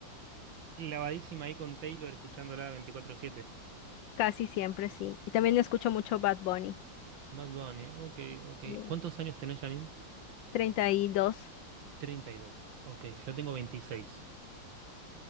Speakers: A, on the right; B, on the left.
A: clavadísima ahí con Taylor escuchándola veinticuatro siete.
B: casi siempre sí. Y también escucho mucho Bad Bunny,
A: Bad Bunny, ok, ok.
B: mm,
A: ¿Cuántos años tenés, Janine?
B: treinta y dos.
A: treinta y dos. ok, yo tengo 26.